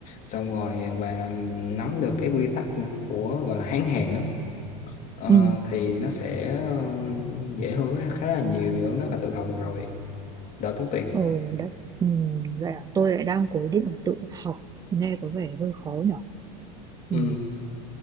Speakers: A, on the left; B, on the right.
A: xong rồi à, bà nắm được cái quy tắc của gọi là Hán Hàn á ờ,
B: ừ
A: thì nó sẽ ờ, dễ hơn khá là nhiều nếu nó bà tự học được rồi đỡ tốn tiền
B: ừ đấy ừ vậy à tôi lại đang cố định là tự học nghe có vẻ hơi khó nhỉ
A: Ừ.
B: ừ